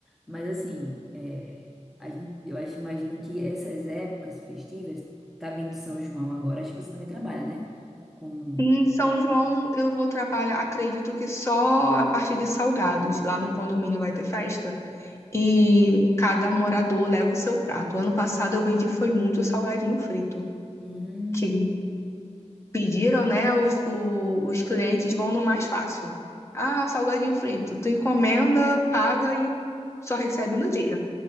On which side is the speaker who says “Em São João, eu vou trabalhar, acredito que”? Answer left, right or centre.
Left